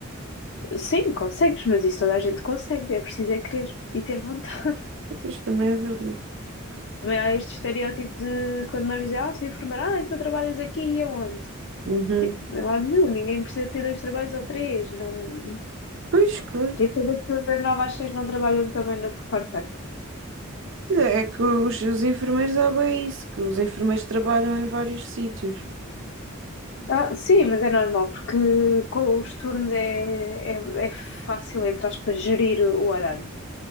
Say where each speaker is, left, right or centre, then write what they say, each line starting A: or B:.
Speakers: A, on the left; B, on the right.
A: Sim, consegues, mas isso toda a gente consegue. É preciso é querer e ter vontade. <laughs>
B: Pois também é verdade.
A: Também há este estereótipo de quando nós dizemos, ah, sou enfermeira, ah, então trabalhas aqui e aonde?
B: Uhum.
A: Tipo, não é lado nenhum, ninguém precisa ter dois trabalhos ou três, não,
B: Pois, claro.
A: Tipo, as pessoas novas às seis não trabalham também no outro parte da casa.
B: É é que os, os enfermeiros há bem isso, que os enfermeiros trabalham em vários sítios.
A: Ah, sim, mas é normal, porque com os turnos é, é, é fácil, entre aspas, gerir o horário.